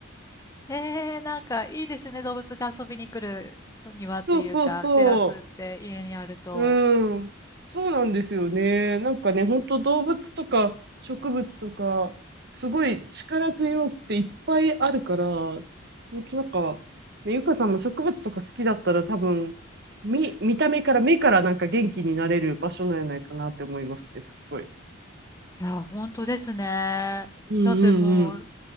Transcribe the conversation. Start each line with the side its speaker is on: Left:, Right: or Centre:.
Left: えー、なんかいいですね。動物が遊びに来る庭っていうか、
Right: そうそうそう。
Left: テラスって家にあると。
Right: うん。そうなんですよね。なんかね、本当動物とか植物とか、すごい力強くていっぱいあるから、本当なんか、ねゆかさんも植物とか好きだったら多分、見、見た目から、目からなんか元気になれる場所なんじゃないかなって思いますね、すっごい。
Left: いや、本当ですね。
Right: うんうんうん。
Left: だってうも